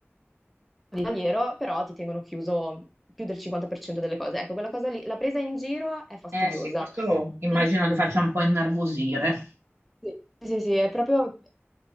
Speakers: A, in the centre; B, on the right.
A: di tagliero, però ti tengono chiuso più del 50% delle cose. Ecco, quella cosa lì, la presa in giro è fastidiosa.
B: Eh sì, questo immagino
A: Sì.
B: che faccia un po' innervosire.
A: Sì, sì, sì, è proprio...